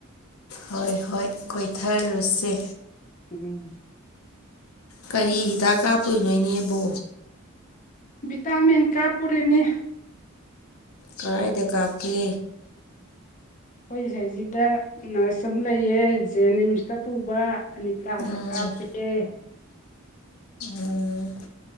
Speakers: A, on the left; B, on the left.
A: ꯍꯣꯏ ꯍꯣꯏ ꯀꯣꯏꯊꯔꯨꯁꯦ
B: ꯎꯝ
A: ꯀꯔꯤ ꯍꯤꯗꯥꯛ ꯀꯥꯞꯄꯨꯏꯅꯣ ꯢꯅꯦꯕꯣ
B: ꯚꯤꯇꯥꯃꯤꯟ ꯀꯥ ꯄꯨꯔꯦꯅꯤ
A: ꯀꯗꯥꯏꯗ ꯀꯥꯞꯀꯦ
B: ꯑꯩꯈꯣꯏ ꯏꯁꯩꯁꯤꯗ ꯅꯔꯁ ꯑꯃ ꯂꯩꯌꯦ ꯖꯦꯅꯤꯝꯁꯇ ꯄꯨꯕ ꯑꯅꯤꯇꯥ
A: ꯎꯝ
B: ꯗ ꯀꯥꯞ ꯦ <inaudible>
A: ꯎꯝ